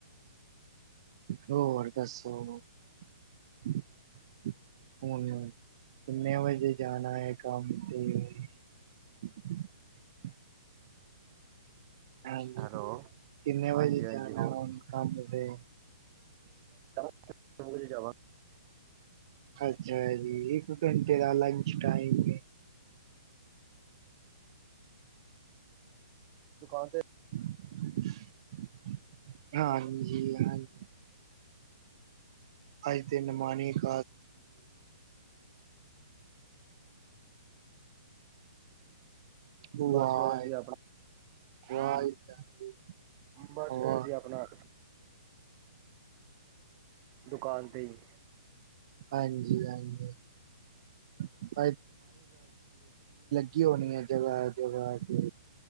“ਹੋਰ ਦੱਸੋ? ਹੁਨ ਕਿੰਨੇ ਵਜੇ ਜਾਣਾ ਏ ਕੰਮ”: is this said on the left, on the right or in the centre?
Right